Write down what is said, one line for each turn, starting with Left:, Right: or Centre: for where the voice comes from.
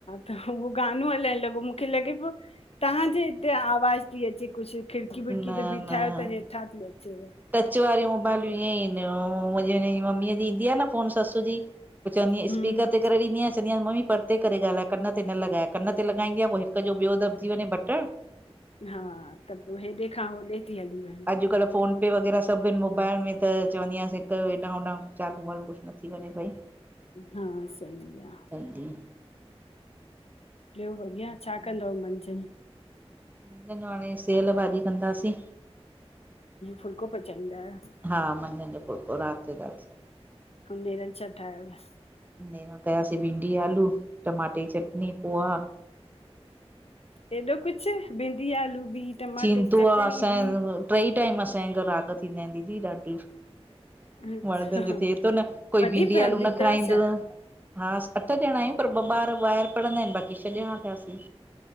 Left: त उहो गानो हलणु लॻो, मूंखे लॻे पियो तव्हांजे हिते आवाज़ु ती अचे कुछ, खिड़की- विड़की
Right: न
Left: ते बीठा
Right: न
Left: आहियो, त हेठां ती अचेव।
Right: टच वारियूं मोबाइलूं ईअं ई इन्दी, मुंहिंजी हिन जी मम्मीअ जी ईंदी आ न फ़ोनु ससु जी। पोइ चवनि,
Left: हम्म
Right: स्पीकर ते करे ॾिन्दी आहियांस। चवंदीयां मम्मी परते करे ॻाल्हाए, कनि ते न लॻाए कनि ते लॻाईंदी आ, पोइ हिकु जो ॿियो दॿिजी वञे बटणु।
Left: हा, त पोइ हेॾे खां होॾे ती हली वञ
Right: अॼुकल्ह फ़ोन पे वग़ैरहा सभु हिनि मोबाइल में त चवंदी आहियांसि, हिकु जो हेॾां- होॾां चालू- वालू कुछ न थी वञे भई।
Left: हा सही आ।
Right: तॾहिं
Left: ॿियो बढ़िया, छा कंदव मझंनि?
Right: मझंनि जो हाणे सेअलु भाॼी कंदासीं।
Left: फुल्को पचाईंदा आहियों?
Right: हा, मझंनि जो फुलको, आहिन राति जो दालि चा
Left: अऊं नेरनि छा ठायोव?
Right: नेरनि कयासीं भिंडी-आलू, टमाटे जी चटनी, पोहा।
Left: हेॾो कुछ भिंडी- आलू बि टमाटे
Right: थींदो
Left: जी
Right: आ,
Left: चटणी
Right: असांजे
Left: बि
Right: ट्रई टाईम असांजे घरु राॻ थींदा आहिनि। दीदी ॾाढी
Left: अच्छा
Right: मर्दनि जो थिए तो न, कोई
Left: वॾी
Right: भिंडी
Left: फैमिली
Right: -आलू न
Left: अथव
Right: खाईंदो।
Left: छा?
Right: हा, अठ ॼणा आहियूं पर ॿ ॿारि ॿाहिरि पढ़ंदा आहिनि। बाक़ी छह ॼणा थियासीं।